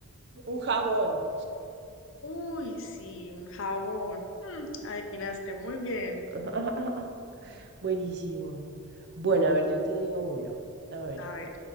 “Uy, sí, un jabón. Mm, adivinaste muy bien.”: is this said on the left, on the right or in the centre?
Left